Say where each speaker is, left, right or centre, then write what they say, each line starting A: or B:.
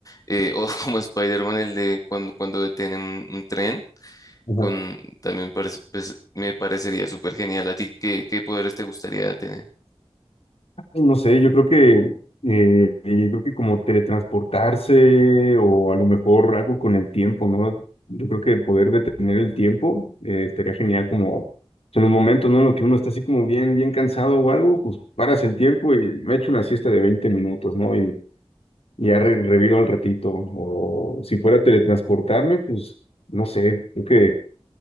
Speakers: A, on the left; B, on the left.
A: Eh, o <laughs> como Spider-Man, el de cuando, cuando detienen un, un tren,
B: ujú.
A: con, también parece- pues, me parecería súper genial. ¿A ti qué, qué poderes te gustaría tener?
B: Pues, No sé, yo creo que, eh, yo creo que como teletransportarse o a lo mejor algo con el tiempo, ¿no? Yo creo que poder detener el tiempo eh, estaría genial como son los momentos, ¿no? En los que uno está así como bien, bien cansado o algo, pues paras el tiempo y me echo una siesta de 20 minutos, ¿no? Y, y ya re- reviro al ratito. O si fuera a teletransportarme, pues no sé, creo que,